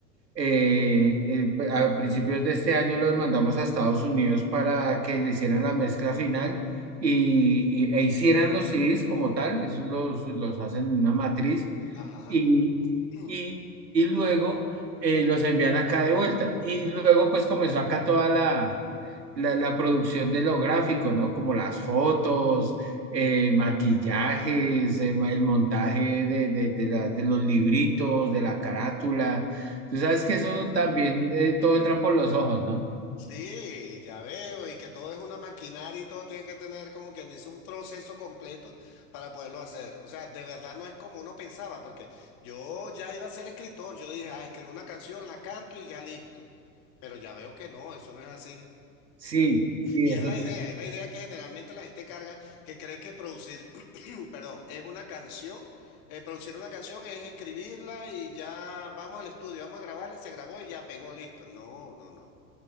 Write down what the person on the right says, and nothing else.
eh, en- a principios de este año los mandamos a Estados Unidos para que le hicieran la mezcla final y, y- e hicieran los CDs como tal, esos los, los hacen en una matriz
y,
y, y luego eh, los envían acá de vuelta. Y luego pues comenzó acá toda la la, la producción de lo gráfico, ¿no? Como las fotos, eh, maquillajes, eh, ma- el montaje de, de, de la- de los libritos, de la carátula. Tú sabes que eso también eh, todo entra por los ojos, ¿no?
Sí, sí,
eso
te-